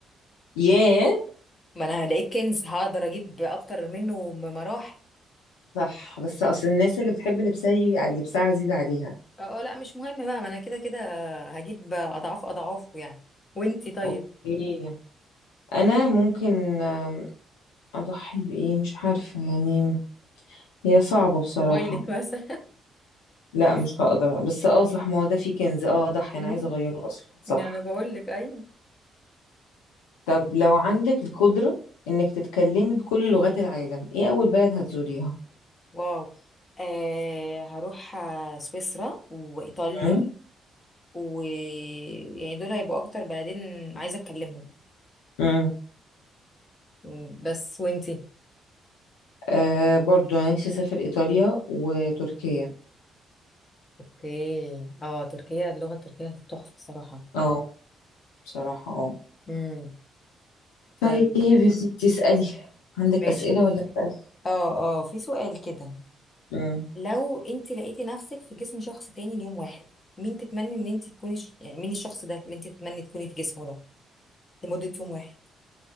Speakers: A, on the left; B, on the left.
A: ياه
B: ما انا لقيت كنز هقدر اجيب اكتر منه بمراحل
A: صح بس اصل الناس اللي بتحب لبسها ي- لبسها عزيز عليها
B: اه آه، لا مش مهم بقى ما انا كده كده هجيب اضعاف اضعافه يعني وانتي طيب
A: اوكي انا ممكن آم، اضحي بايه مش عارفة يعني هي صعبة بصراحة
B: موبايلك مثلا
A: لا مش هقدر بس اه صح ما هو ده فيه كنز اه
B: <laughs>
A: اضحي
B: مم.
A: انا عايزه اغيره اصلا صح
B: انا بقول لك ايوه
A: طب لو عندك القدره انك تتكلمي بكل لغات العالم ايه اول بلد هتزوريها
B: واو آه هروح آه، سويسرا وايطاليا
A: امم
B: و يعني دول هيبقوا اكتر بلدين عايزه اتكلمهم
A: امم
B: مم، بس وانتي
A: آه برضو انا نفسي اسافر ايطاليا وتركيا
B: اوكي اه تركيا اللغه التركيه تحفه الصراحه
A: اه بصراحه اه
B: امم طيب
A: طيب يا ستي اسالي عندك
B: ماشي
A: اسئله ولا اسالي
B: اه اه في سؤال كده
A: امم
B: لو انت لقيتي نفسك في جسم شخص تاني ليوم واحد مين تتمني ان انت تكوني ش... يعني مين الشخص ده اللي انت تتمني تكوني في جسمه ده لمدة يوم واحد